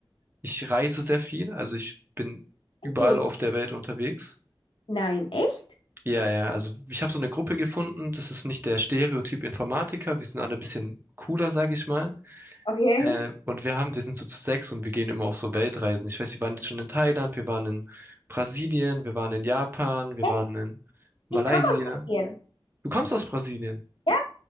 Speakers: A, on the right; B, on the left.
A: Ich reise sehr viel, also ich bin überall
B: Wirklich?
A: auf der Welt unterwegs.
B: Nein, echt?
A: Ja, ja, also ich habe so eine Gruppe gefunden, das ist nicht der Stereotyp Informatiker, wir sind alle ein bisschen cooler, sag ich mal.
B: Okay.
A: Äh, und wir haben, wir sind so zu sechs und wir gehen immer auf so Weltreisen. Ich weiß, wir waren jetzt schon in Thailand, wir waren in Brasilien, wir waren in Japan, wir
B: Echt?
A: waren in Malaysia.
B: Ich komme aus Brasilien.
A: Du kommst aus Brasilien.
B: Ja,